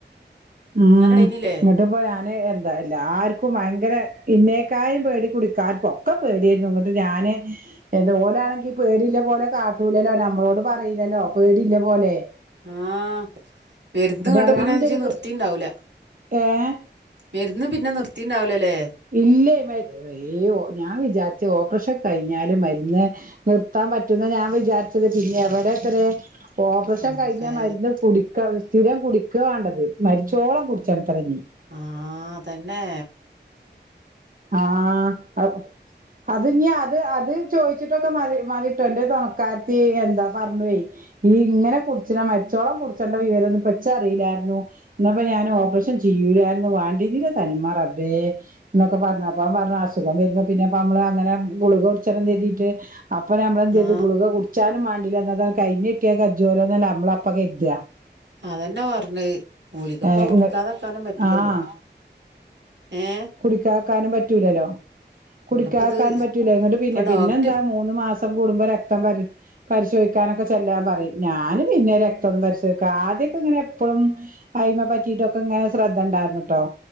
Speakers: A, on the right; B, on the right.
A: ഉം
B: കഴിഞ്ഞില്ലേ
A: ന്ന് ട്ടപ്പോ ഞാന് എന്താ എല്ലാർക്കും വയങ്കര ഇന്നേക്കായും പേടി കുടിക്കാർക്ക് ഒക്കെ പേടിയായിരുന്നു ഇങ്ങട്ട് ഞാന് എന്ത ഓലാണെങ്കി പേടില്ല പോലെ കാട്ടൂലല്ലോ നമ്മളോട് പറയൂലല്ലോ പേടില്ലപോലെ
B: ആഹ് പെരുന്ത് ങ്ങോട്ട്
A: പറയാ
B: പിന്നെ
A: അന്റെ
B: ജ്ജ്
A: ഒരു
B: നിർത്തീണ്ടവൂല
A: ഏഹ്
B: വരുന്ന് പിന്നെ നിർത്തിണ്ടാവൂലല്ലേ
A: ഇല്ലേ മാ ഏഹ് ഞാൻ വിചാരിച്ച ഓപ്പറേഷൻ കഴിഞ്ഞാല് മരുന്ന് നിർത്താൻ പറ്റുന്ന ഞാൻ വിചാരിച്ചത് പിന്നെ എവിടെ എത്രേ ഓപ്പറേഷൻ
B: റബ്ബേ
A: കഴിഞ്ഞ മരുന്ന് കൂടി ക്ക സ്ഥിരം കുടിക്ക വേണ്ടത് മരിച്ചോളം കുടിച്ചണത്ര ഇനി
B: ആഹ് അതെന്നെ
A: ആഹ് അ അത് ഇഞ്ഞി അത് അത് ചോയിച്ചിട്ടൊക്കെ മതി മതിട്ടോ എന്റെ തുണക്കത്തെ എന്താ പറഞ്ഞു ഏഹ് ഈ ഇങ്ങനെ കുടിച്ചിന മരിച്ചോളം കുടിച്ചേണ്ട വിവരൊന്നും പെച്ചറിയില്ലായിരുന്നു എന്നപ്പ ഞാൻ ഓപ്പറേഷൻ ചെയ്യൂലർന്നു വേണ്ടിന്നില്ല തനിമാറബേ ന <unintelligible> പറഞ്ഞ് അപ്പം പറഞ്ഞ് ആസ് അസുഖം വരുമ്പോ പിന്നെ നമ്മള് അങ്ങന ഗുളിക കുടിച്ചെണംന്ന് തരിട്ട് അപ്പൊ നമ്മളന്ത് യ്തു
B: ആ
A: ഗുളിക കു ച്ചാലും മേണ്ടില്ല എന്നാതാ കഴിഞ്ഞിട്ട്യക്കജോലോന്നല്ല നമ്മളപ്പൊ കരുതാ
B: അതെന്നെറഞ്ഞത് ഓല്ക്കപ്പ
A: ഏഹ് ഇങ്ങ
B: ഉടിക്കാതെക്കാനും പറ്റൂലല്ലോ
A: ആഹ്
B: ഏ
A: കുടിക്കാക്കാനും പറ്റൂലല്ലോ
B: ഇങ്ങടിപ്പത്
A: കുടിക്കാക്കാനും പറ്റൂല ന്നിട്ട് പിന്നെ
B: ഇപ്പൊ ഡോക്ടർ
A: പിന്നെന്താ മു ന്ന് മാസം കുടുംബ ര ക്തം പരി പരിശോധിക്കാനൊക്കെ ചെല്ലാൻ പറയും ഞാന് പിന്നെ രക്തൊന്നും പരിശോധിക്കാം ആദ്യോകെ ഇങ്ങനെ പ്പോഴും അയിമ പറ്റിട്ടൊക്കെ ഇങ്ങനെ ശ്രദ്ധ ഉണ്ടായിരുന്നട്ടോ